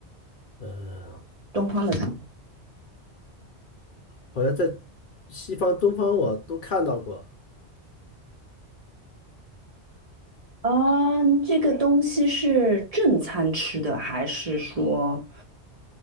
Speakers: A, on the left; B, on the right.
A: 嗯，
B: 东方的水果？
A: 好像在西方、东方我都看到过，
B: 啊，这个东西是正餐吃的，还是说，